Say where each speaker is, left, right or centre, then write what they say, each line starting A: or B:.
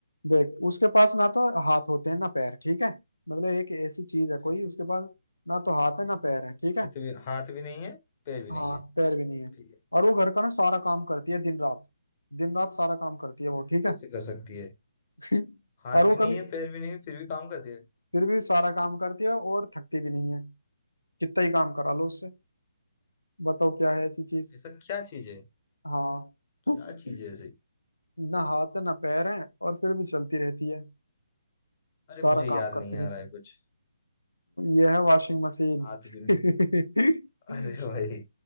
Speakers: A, on the left; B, on the left.
A: देख उसके पास ना तो हाथ होते हैं ना पैर ठीक है मतलब एक ऐसी चीज है
B: ठीक
A: कोई उसके
B: है
A: पास ना तो हाथ है ना पैर है ठीक
B: हाथ
A: है
B: भी हाथ भी नहीं है पैर भी
A: हाँ
B: नहीं है
A: पैर भी नहीं है
B: ठीक है
A: और वो घर का ना सारा काम करती है दिन रात दिन रात सारा काम करती है वो
B: ऐसे
A: ठीक
B: कैसे
A: है
B: कर सकती है
A: <laughs>
B: हाथ
A: और वो
B: भी
A: कभी
B: नहीं है पैर भी नहीं है फिर भी काम करती है
A: फिर भी सारा काम करती है और थकती भी नहीं है कितना ही काम करा लो उससे बताओ क्या है ऐसी चीज
B: ऐसा क्या चीज है
A: हाँ <laughs>
B: क्या चीज है ऐसी
A: ना हाथ है ना पैर है और फिर भी चलती रहती है
B: अरे
A: सारा
B: मुझे याद
A: काम करती
B: नहीं आ
A: रहती
B: रहा है
A: है
B: कुछ
A: ये है वॉशिंग मशीन
B: हाथ भी नहीं
A: <laughs>
B: अरे भाई